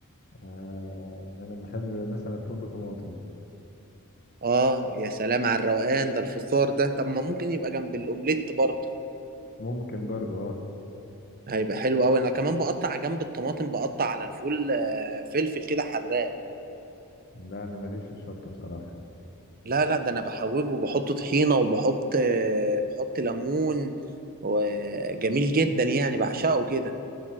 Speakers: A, on the left; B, on the right.
A: آه أنا بحب مثلا الفول بطماطم
B: اه يا سلام على الروقان ده الفطار ده طب ما ممكن يبقى جنب الاومليت برضه
A: ممكن برضه أه
B: هيبقى حلو قوي انا كمان بقطع جنب الطماطم بقطع على الفول آه، فلفل كده حراق
A: لا أنا ماليش في الشطة بصراحة
B: لا لا ده انا بحوجه وبحط طحينه وبحط آه، بحط ليمون وجميل جدا يعني بعشقه كده